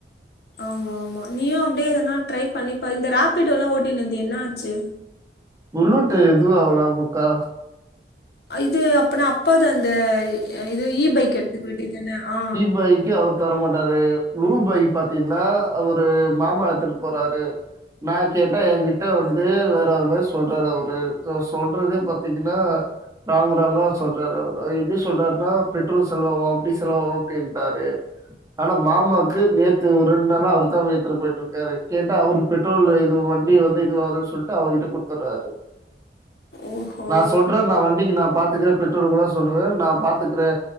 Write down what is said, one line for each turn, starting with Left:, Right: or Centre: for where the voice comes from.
Left: ஆமா ஆமா நீயு அப்டே எதனா ட்ரை பண்ணிப்ப இந்த ராப்பிடோல்லா ஓட்டின்ந்தியே என்னா ஆச்சு
Right: புள்ளோட்டு எது அவ்லா மொக்கா
Left: ஆ இது அப்பனா அப்பாத் அந்த எ இது இ பைக் எடுத்துக் வேன்டிதன ஆ
Right: பைக்கா தர மாட்டாரு ப்ளூ பை பாத்தீன்னா அவுரு மாமா எத்துக்கு போறாரு நா கேட்டா என்கிட்ட வர் பே வேற ஒரு மாரி சொல்றாரு அவரு சொல்றதே பாத்தீங்கன்னா ராங்கு ராங்கா சொல்றாரு அவரு எப்டி சொல்றாரு னா பெட்ரோல் செலவாவு அப்டி செலவாவு அப்டின்ட்டாரு ஆனா மாமாக்கு நேத்து ஒ ரெண் நாளா அவர் தா ஏத்னு போய்ட்ருக்காரு கேட்டா அவ்ரு பெட் ட்ரோல்ல இது வண்டி வந்து இதுவாது சொல்ட்டு அவருகிட்ட குடுத்துர்றாரு
Left: <inaudible> ஓஹோ
Right: நா சொல்றே நா வண்டிக்கு நா பாத்துக்கிறே பெட்ரோல் கூட சொல்லுக நா பாத் துக்றே